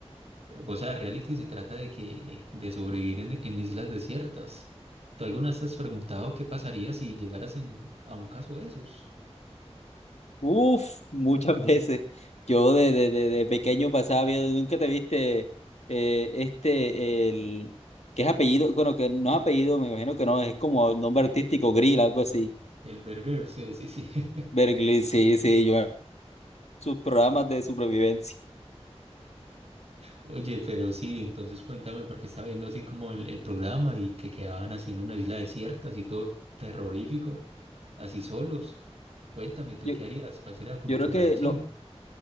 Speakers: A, on the right; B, on the left.
A: o sea, reality se trata de que de sobrevivir en, en islas desiertas. ¿Tú alguna vez te has preguntado qué pasaría si llegaras en, a un caso de esos?
B: Uf, muchas veces. Yo de, de, de, de pequeño pasaba viendo, nunca te viste eh, este, el, que es apellido, bueno, que no es apellido, me imagino que no, es como el nombre artístico, Grill, algo así.
A: El Berger, sí, sí, sí. <laughs>
B: Berglin, sí, sí, yo sus programas de supervivencia.
A: Oye, pero sí, entonces cuéntame, porque estaba viendo así como el, el programa y que quedaban así en una isla desierta, así todo terrorífico, así solos. Cuéntame, ¿tú
B: Yo,
A: qué harías? ¿Cuál sería como
B: yo creo
A: tu reacción?
B: que lo,